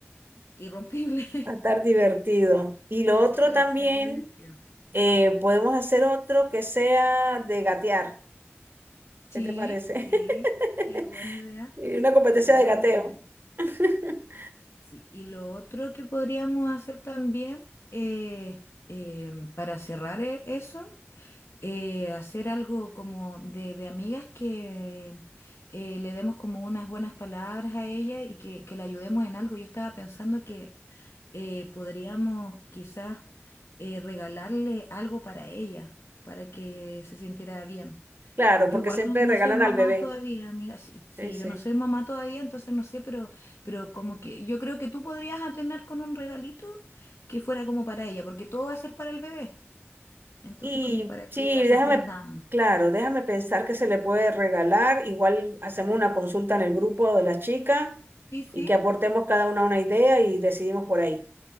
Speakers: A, on the left (about 70°); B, on the right (about 50°).
A: irrompible. <laughs>
B: Va a estar divertido. Y lo
A: Sí, así
B: otro
A: que
B: también,
A: va a estar re divertido.
B: eh, podemos hacer otro que sea de gatear.
A: Sí,
B: ¿Qué te parece?
A: sí, sí,
B: <laughs>
A: es buena idea,
B: Y Una competencia
A: es
B: de
A: buena
B: gateo.
A: idea.
B: <laughs>
A: Sí, y lo otro que podríamos hacer también, eh, em, para cerrar e- eso, eh, hacer algo como de, de amigas que eh, le demos como unas buenas palabras a ella y que, que la ayudemos en algo. Yo estaba pensando que eh, podríamos quizás eh, regalarle algo para ella, para que se sintiera bien.
B: Claro,
A: Yo
B: porque
A: igual
B: siempre
A: no, no
B: regalan
A: soy mamá
B: al bebé.
A: todavía, amiga. Sí, sí,
B: Sí, sí.
A: yo no soy mamá todavía, entonces no sé, pero, pero como que yo creo que tú podrías atener con un regalito que fuera como para ella, porque todo va a ser para el bebé. Entonces,
B: Y
A: como para que
B: sí,
A: la
B: déjame,
A: sorprendamos.
B: claro, déjame pensar que se le puede regalar. Igual hacemos una consulta en el grupo de las chicas
A: Sí, sí,
B: y que aportemos cada una una idea y decidimos por ahí.